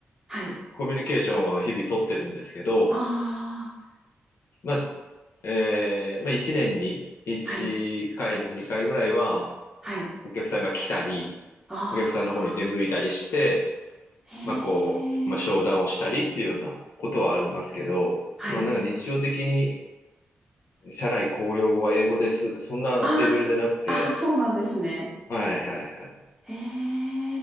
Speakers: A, in the centre; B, on the left (about 70°).
A: はい。
B: コミュニケーションは日々取ってるんですけど、
A: ああ。
B: まあ、えーまあ、1年に1回、
A: はい。
B: 2回ぐらいは
A: はい。
B: お客さんが来たり、
A: あ
B: お客さんの方に出向いたりして、
A: あ、へ
B: まあこう、まあ、商談をしたりっていうようなことはありますけど、
A: え。はい。
B: まあ、なんか日常的に社内公用語は英語ですって、そんなレベルじゃなくて、
A: ああ、すあーそうなんですね。
B: はいはいはい。
A: へえ。